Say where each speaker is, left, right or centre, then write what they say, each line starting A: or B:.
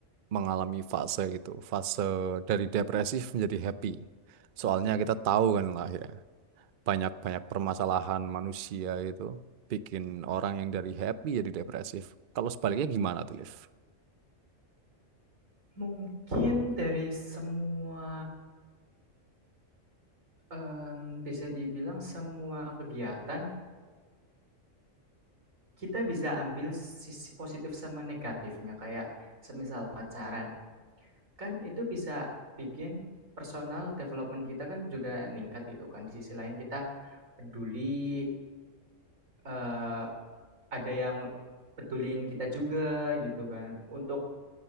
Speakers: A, on the right; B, on the right.
A: mengalami fase itu, fase dari depresif menjadi happy? Soalnya kita tahu kan lah ya, banyak-banyak permasalahan manusia itu bikin orang yang dari happy jadi depresif. Kalau sebaliknya gimana tuh, Liv?
B: mungkin dari semua em, bisa dibilang semua kegiatan kita bisa ambil sisi positif sama negatifnya kayak semisal pacaran. Kan itu bisa bikin personal development kita kan juga meningkat gitu kan. Di sisi lain kita peduli, eee, ada yang me peduliin kita juga gitu kan. Untuk